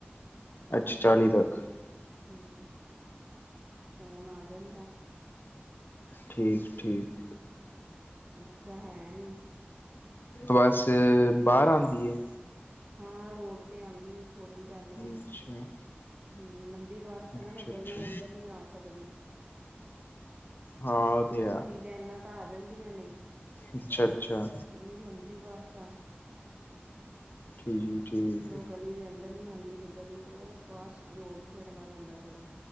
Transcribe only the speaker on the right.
ਹਾਂ,
ਹੂੰ, ਫੋਨ ਆ ਜਾਂਦਾ।
ਹਾਂ ਉੱਠਦਾ ਹੈ ਨੀ
ਹਾਂ ਰੋਡ ਤੇ ਆਂਦੀ ਵੇ ਛੋੜਨ ਜਾਂਨੇ ਆ,
ਹੂੰ ਲੰਬੀ ਬਾਹਰ
ਬੱਸ ਨਾ ਮੈਂ
ਗਲੀ ਦੇ ਅੰਦਰ ਨੀ ਆ ਸਕਦੀ।
ਛੋਟੀ
ਬਿਆਨਾਂ ਤਾਂ ਆ ਜਾਂਦੀਆਂ ਨੇ।
ਇਹ ਲੰਬੀ ਬੱਸ ਆ।
ਫੇਰ ਉਹ ਗਲੀ ਦੇ ਅੰਦਰ ਨਹੀਂ ਆਉਂਦੀ ਫਿਰ ਗਲੀ ਤੋਂ ਉਹ ਬਾਸ਼ ਰੋਡ ਤੇ ਛੱਡਣਾ ਪੈਂਦਾ ਥੋੜਾ,